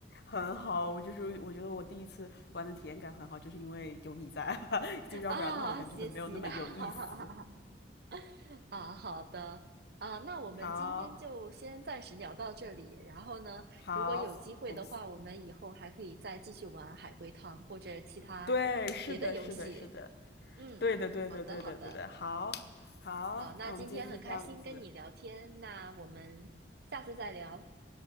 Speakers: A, on the left (about 60°); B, on the right (about 55°).
A: 很好，我就是我觉得我第一次玩的体验感很好，就是因为有你在，<laughs> 就要不然的话，
B: 啊，
A: 我感觉都没有那么有意思。
B: 谢谢。<laughs> 啊，好的啊，那我们今天就先暂时聊到这里。
A: 好，
B: 然后呢，
A: 好，
B: 如果有机会的话，
A: 我们
B: 我们以后还可以再继续玩海龟汤或者其他别的游戏。
A: 对，是的，是的，是的，
B: 嗯，
A: 对的，对的，
B: 好的，
A: 对的，
B: 好的，
A: 对的。好，好，
B: 好，那今天很开心跟你聊天，
A: 那我们今天就这样子，
B: 那我们下次再聊。